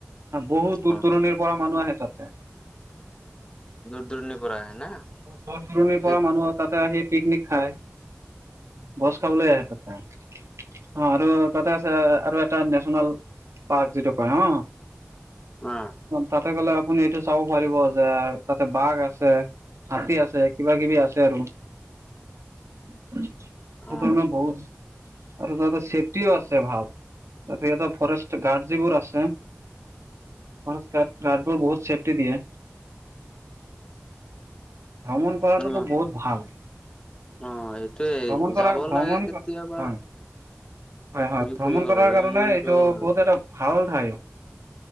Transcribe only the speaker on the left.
অ
দূৰ দূৰণি পৰা আহে না।
সেইটো
<inaudible>
অ
উম
অ সেইটোৱেই
যাব
লাগে কেতিয়াবা।
ঘূৰি
ফুৰিব
লাগে
মনটো
হালকা